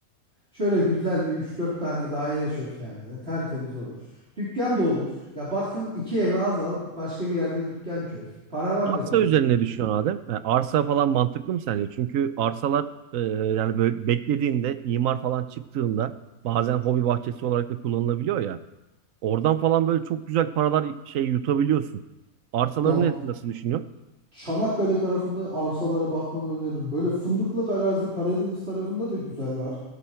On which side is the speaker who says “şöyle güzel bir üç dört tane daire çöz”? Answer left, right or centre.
Right